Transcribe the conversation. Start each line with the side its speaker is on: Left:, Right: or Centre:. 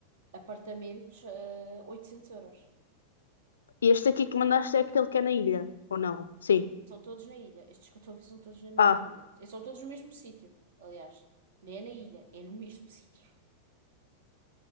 Right: apartamentos, eh, 800 euros.
Left: E este aqui que mandaste é aquele que é na ilha, ou não? Sim.
Right: São todos na ilha. Estes que eu estou a ver são todos na mesma
Left: Ah,
Right: ilha. E São todos no mesmo sítio, aliás. Nem é na ilha, é no mesmo sítio.